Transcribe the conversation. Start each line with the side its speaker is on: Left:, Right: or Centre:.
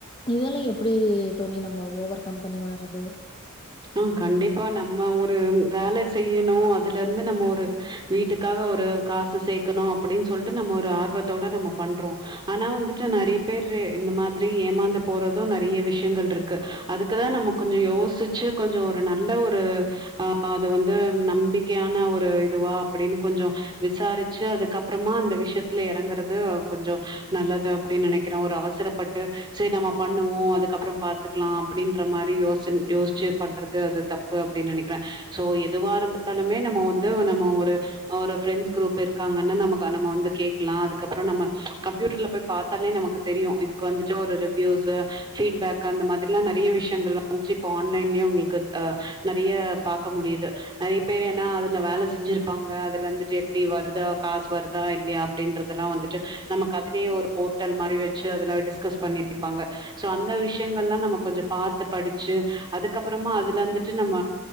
Left: இதெல்லா எப்டி தோழி நம்ம ஓவர் கம்பெனி வளர்றது
Right: ஆ கண்டிப்பா நம்ம ஒரு வேல செய்யிணு அதுல இருந்து நம்ம ஒரு வீட்டுக்காக ஒரு காசு சேக்கணு அப்டின் சொல்லிட்டு நம்ம ஒரு ஆர்வத்தோட நம்ம பண்றோ ஆனா வந்துட்டு நெறைய பேரு இந்த மாதிரி ஏமாந்து போறது நெறைய விஷயங்கள் இருக்கு அதுக்குதா நம்ம கொஞ்சோ யோசிச்சி கொஞ்சோ ஒரு நல்ல ஒரு ஆ அது வந்து நம்பிக்கையான ஒரு இதுவா அப்டின்னு கொஞ்சோ விசாரிச்சி அதுக்கப்றமா அந்த விஷயத்துல இறங்குறது கொஞ்சோ நல்லது அப்டின் நனைக்கிற ஒரு அவசரப்பட்டு சேரி நம்ம பண்ணுவோ அதுக்கப்பறோ பாத்துக்கலா அப்டின்ற மாரி யோசன யோச ச்சி பண்றது அது தப்பு அப்டின்னு நெனைக்கிறே சோ எதுவா இருந்தாலுமே நம்ம வந்து நம்ம ஒரு ஒரு ஃப்ரெண்ட்ஸ் குரூப்பு இருக்காங்கனு நமக்கு நம்ம வந்து கேக்கலா அதுக்கப்றோ நம்ம கம்யூட்டர்ல போய் பாத்தாலே நமக்கு தெரியு இதுக்கு வந்துட்டு ஒரு ரிவ்யூஸ்சு ஃபீட்பேக் அந்த மாதிரிலா நெறைய விஷயங்கள் வந்துச்சி இப்ப ஆன் லைன்லயே உங்களுக்கு அ நறைய பாக்க முடியுது நெறைய பேர் ஏன்னா அதுல வேல செஞ்சிருப்பாங்க அதுல இருந்துட்டு எப்டி வருதா காசு வருதா இல்லையா அப்டின்றதெல்லா வந்துட்டு நமக்கு அதுலயே ஒரு போர்ட்டல் மாரி வச்சி அதுல டிஸ்கஸ் பண்ணிருப்பாங்க சோ அந்த விஷயங்கள்லா நம்ம கொஞ்சோ பாத்து படிச்சு அதுக்கப்றமா அதுல இருந்துட்டு நம்ம